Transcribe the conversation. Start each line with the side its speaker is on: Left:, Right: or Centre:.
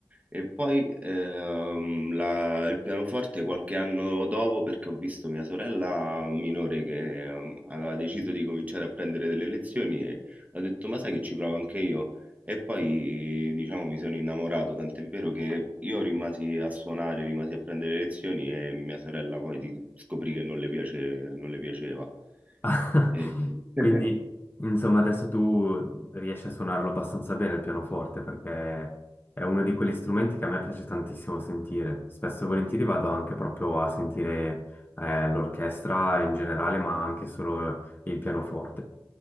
Right: E poi ehm, la- il pianoforte qualche anno dopo perché ho visto mia sorella minore che ehm, aveva deciso di cominciare a prendere delle lezioni e ho detto ma sai che ci provo anche io. E poi diciamo mi sono innamorato, tant'è vero che io rimasi a suonare, rimasi a prendere lezioni e mia sorella poi di- scoprì che non le piace- non le piaceva.
Left: <laughs>
Right: E-
Left: Quindi,
Right: <laughs>
Left: insomma, adesso tu riesci a suonarlo abbastanza bene il pianoforte perché è uno di quegli strumenti che a me piace tantissimo sentire. Spesso e volentieri vado anche proprio a sentire eh, l'orchestra in generale, ma anche solo il pianoforte.